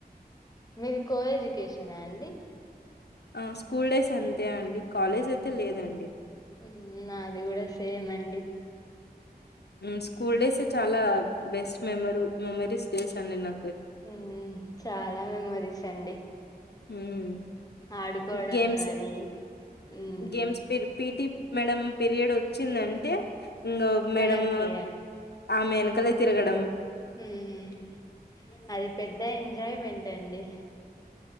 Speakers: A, on the left; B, on the left.
A: మీది కో ఎడ్యుకేషనా అండి.
B: ఆ స్కూల్ డేస్ అంతే అండి. కాలేజ్ అయితే
A: హు
B: లేదండి
A: నాది కూడా సేమ్ అండి.
B: హు స్కూల్ డేస్ చాలా బెస్ట్ మెమరు మెమరీస్ డేస్ అండి. నాక్
A: హ్మ్మ్ చాలా మెమోరీస్ అండి.
B: హ్మ్.
A: ఆడుకోవడ
B: గేమ్స్
A: కానీ ఉమ్,
B: గేమ్స్ పీర్ పిటి మేడం పీరియడ్ వచ్చిందంటే ఇంగో మేడమో
A: మనకి
B: ఆమె ఏనుకలే తిరగడమ్
A: ఉమ్, అది పెద్ద ఎంజాయ్మెంట్ అండి.